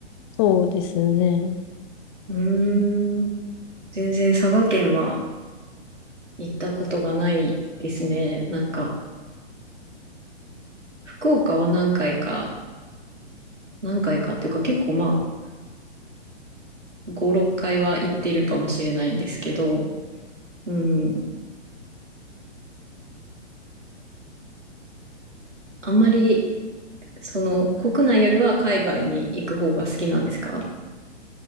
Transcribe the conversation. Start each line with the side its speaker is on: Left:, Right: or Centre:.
Left: そうですね。
Right: うーん。全然佐賀県は行ったことがないですね。なんか、福岡は何回か、何回かっていうか結構まあ、5、6回は行ってるかもしれないんですけど、うん。あんまり、その、国内よりは海外に行く方が好きなんですか